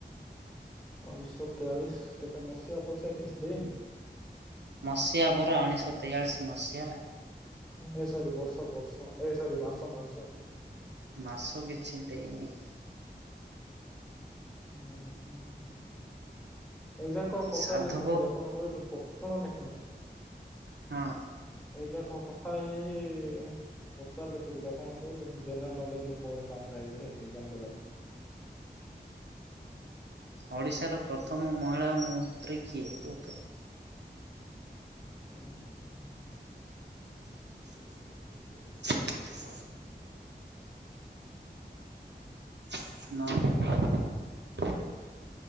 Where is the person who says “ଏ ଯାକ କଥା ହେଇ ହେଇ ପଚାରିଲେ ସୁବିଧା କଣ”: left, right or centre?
Centre